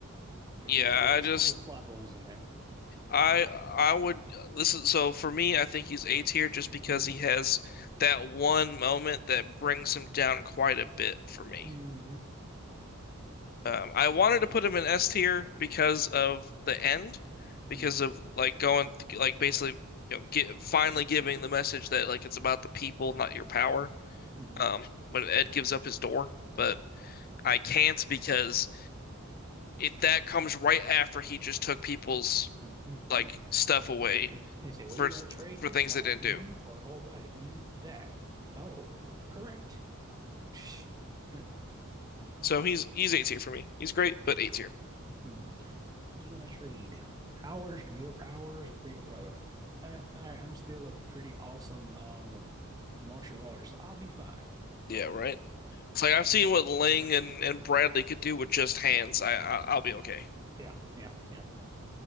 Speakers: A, on the right; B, on the left.
A: Like
B: yeah,
A: there's a lot, there's
B: I just
A: a couple plot holes in there.
B: I I would this is so for me I think he's A tier just because
A: Mm-hmm.
B: he has that one moment that brings him down quite a bit for me.
A: Mm-hmm.
B: Um, I wanted to put him in S tier because of the end, because
A: Mm-hmm.
B: of like going like basically you know get, finally giving the message that like it's about the people not your power.
A: Mm-hmm.
B: Um, when Ed gives up his door, but I can't because it that comes right after he just took people's
A: Mm-hmm.
B: like
A: Yeah.
B: stuff away
A: Yeah. He said, "What
B: for
A: are you going to trade
B: for
A: this
B: things
A: time?
B: they didn't
A: Hmm,
B: do.
A: for a whole body? Hmm, that? Oh, correct. <laughs>
B: So he's he's A tier for me. He's great, but A tier.
A: Mm-hmm. You're going to trade powers, your powers, for your brother. Uh, all right, I'm still a pretty awesome um martial artist. so I'll be fine.
B: Yeah, right. It's like I've seen what Ling and, and Bradley could do with just hands. I, I I'll be okay.
A: Yeah, yeah, yeah.